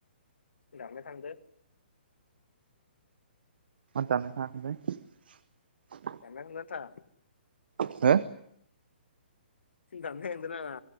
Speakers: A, on the left; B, on the right.
A: दाननाय थांदो
B: मा दान्नाय थांङाखैलै
A: दाननाय थांदोना थाङा?
B: हो
A: दान्नाय थांदोना मा